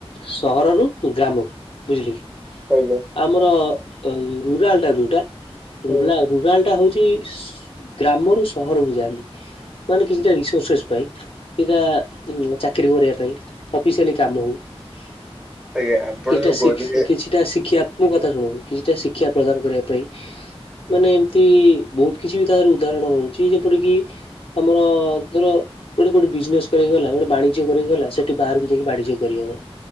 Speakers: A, on the left (about 60°); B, in the centre.
A: ସହର ରୁ ଗ୍ରାମ କୁ ବୁଝିଲେ କି।
B: ଆଜ୍ଞା।
A: ଆମର ରୁରାଲ ଟା ଯୋଉଟା
B: ହୁଁ
A: <unintelligible> ରୁରାଲ ଟା ହଉଛି ଗ୍ରାମରୁ ସହରକୁୁ ଯାଆନ୍ତି। ମାନେ କିଛିଟା <unintelligible> ପାଇଁ ଏଇଟା ଚା ଚାକିରି କରିବା ପାଇଁ ଅଫିସିଆଲି କାମ ହଉ
B: ଆଜ୍ଞା ଆପଣ
A: ଏଟା
B: ଯୋଉ କହିଲେ
A: କିଛି <unintelligible> ଶିଖିବାକୁ ମୋ କଥା ଶୁଣୁ କିଛିଟା ଶିକ୍ଷା ପ୍ରଦାନ କରିବା ପାଇଁ ମାନେ ଏମିତି ବହୁତ୍ କିଛି ବି ତାର ଉଦାହରଣ ରହୁଛି ଯେପରିକି ଆମର ଧର ଏଇଠି ଗୋଟେ ବିଜନେସ କର ଗଲା ଗୋଟେ ବାଣି ଜ୍ୟ କରି ଗଲା ସେଠି ବାହାରକୁ ଯାଇକି ବାଣିଜ୍ୟ କରିହବ